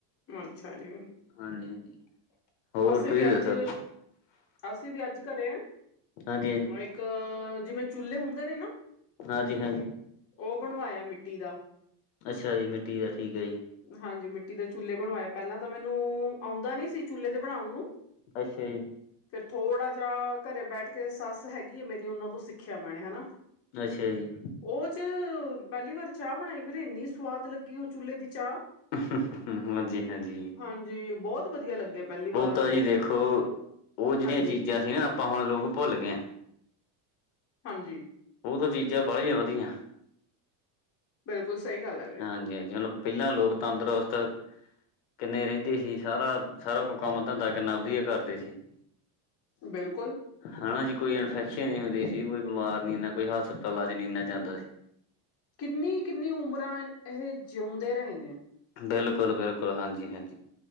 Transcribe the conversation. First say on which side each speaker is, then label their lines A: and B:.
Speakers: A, on the left; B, on the left.
A: ਹੂੰ ਅੱਛਾ ਜੀ।
B: ਹਾਂਜੀ ਹੋਰ
A: ਅਸੀਂ
B: ਤੁਸੀਂ
A: ਵੀ ਅੱਜ,
B: ਦੱਸੋ
A: ਅਸੀਂ ਵੀ ਅੱਜ ਘਰੇ ਆ
B: ਹਾਂਜੀ ਹਾਂਜੀ
A: ਵਾਏ ਕ ਜਿਵੇਂ ਚੁੱਲੇ ਹੁੰਦੇ ਨੇ ਨਾ
B: ਹਾਂਜੀ- ਹਾਂਜੀ
A: ਉਹ ਬਣਵਾਇਆ ਮਿੱਟੀ ਦਾ
B: ਅੱਛਾ ਜੀ, ਮਿੱਟੀ ਦਾ ਠੀਕ ਹੈ ਜੀ।
A: ਹਾਂਜੀ! ਮਿੱਟੀ ਦੇ ਚੁੱਲੇ ਬਣਵਾਏ ਪਹਿਲਾਂ ਤਾਂ ਮੈਨੂੰ ਆਉਂਦਾ ਨਹੀਂ ਸੀ ਚੁੱਲ੍ਹੇ ਦੇ ਬਣਾਉਣ ਨੂੰ।
B: ਅੱਛਾ ਜੀ!
A: ਥੋੜ੍ਹਾ ਜਿਹਾ ਘਰੇ ਬੈਠ ਕੇ ਸੱਸ ਹੈਗੀ ਆ ਮੇਰੀ ਉਹਨਾਂ ਤੋਂ ਸਿੱਖਿਆ ਮੈਂਨੇ ਹਨਾਂ।
B: ਅੱਛਾ ਜੀ!
A: ਉਹ 'ਚ ਪਹਿਲੀ ਵਾਰ ਚਾਹ ਬਣਾਈ ਵੀਰੇ ਇੰਨੀ ਸਵਾਦ ਲੱਗੀ ਉਹ ਚੁੱਲ੍ਹੇ ਦੀ ਚਾਹ
B: ਹੂੰ -ਹੂੰ ਹਾਂਜੀ- ਹਾਂਜੀ
A: ਹਾਂਜੀ! ਬਹੁਤ ਵਧੀਆ ਲੱਗਿਆ। ਪਹਿਲੀ ਵਾਰ
B: ਉਹ
A: ਮੈਨੂੰ
B: ਤਾਂ ਜੀ ਵੇਖੋ, ਉਹ ਜਿਹੜੀਆਂ
A: ਹਾਂਜੀ
B: ਚੀਜ਼ਾਂ ਸੀ ਨਾ ਆਪਾਂ ਹੁਣ ਲੋਕ ਭੁੱਲ ਗਏ ਆਂ।
A: ਹਾਂਜੀ!
B: ਉਹ ਤਾਂ ਚੀਜ਼ਾਂ ਵਾਲੀਆਂ ਵਧੀਆ
A: ਬਿਲਕੁਲ ਸਹੀ ਗੱਲ ਆ।
B: ਹਾਂਜੀ -ਹਾਂਜੀ ਹੁਣ ਪਹਿਲਾਂ ਲੋਕਤੰਤਰ ਰੁਸਤ ਕਿੰਨੇ ਰਹਿੰਦੇ ਹੀ ਸਾਰਾ ਸਾਰਾ ਕੋਈ ਕੰਮ ਧੰਦਾ ਕਿੰਨਾ ਵਧੀਆ ਕਰਦੇ ਸੀ।
A: ਬਿਲਕੁਲ
B: ਹਨਾ ਜੀ ਕੋਈ ਇਨਫੈਕਸ਼ਨ ਹੁੰਦੀ ਸੀ ਕੋਈ ਬਿਮਾਰ ਨੀ ਇਨਾ ਕੋਈ ਹਸਪਤਾਲਾਂ ਚ ਨੀ ਇਨਾ ਜਾਂਦਾ ਸੀ।
A: ਕਿੰਨੀ ਕਿੰਨੀ ਉਮਰਾਂ ਇਹ ਜਿਉਂਦੇ ਰਹੇ ਨੇ।
B: ਬਿਲਕੁਲ ਬਿਲਕੁਲ ਹਾਂਜੀ ਹਾਂਜੀ